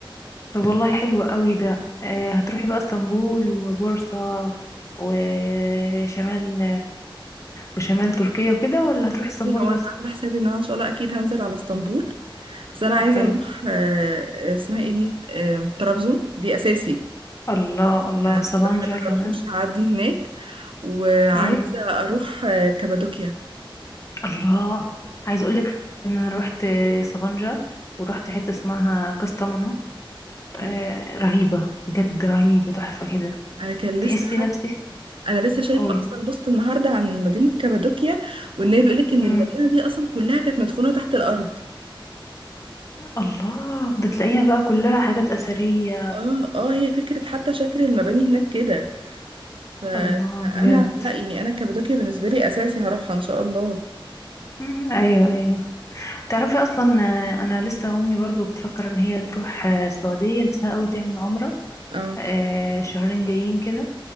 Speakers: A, on the left (about 35°); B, on the right (about 70°).
A: طب والله حلو قوي ده آه هتروحي بقى اسطنبول وبورصة وشمال وشمال تركيا وكده ولا هتروحي
B: بصي
A: اسطنبول
B: هو انا
A: بس
B: عامله حسابي ان انا ان شاء الله اكيد هنزل على اسطنبول بس انا
A: طب
B: عايزه
A: حلو
B: اروح آه، آه، اسمها ايه دي آه، طرابزون دي اساسي
A: الله الله
B: استحاله
A: سبانجا كمان
B: هروح مش هعدي هناك وعايزه
A: امم
B: اروح آه، كابادوكيا
A: الله عايز اقول لك ان انا رحت سبانجا ورحت حته اسمها كاستامونو
B: اوكي
A: آه رهيبه بجد رهيبه تحفه كده
B: انا كان
A: تحسي
B: لسه حد
A: نفسك
B: انا لسه شايفه
A: قولي
B: اصلا بوست النهارده عن مدينه كابادوكيا وان هي بيقولك ان
A: امم
B: المدينه دي اصلا كلها كانت مدفونه تحت الارض
A: الله ده تلاقيها بقى كلها حاجات اثريه
B: اه اه هي فكره حتى شكل المباني هناك كده ف-
A: الله
B: فانا
A: بجد
B: لا يعني انا كابادوكيا بالنسبه لي اساسي هروحها ان شاء الله
A: مم. ايوه ايوه تعرفي اصلا آه، انا لسه امي برضو بتفكر ان هي تروح آه، السعوديه نفسها قوي تعمل عمره
B: اه
A: آه، شهرين جايين كده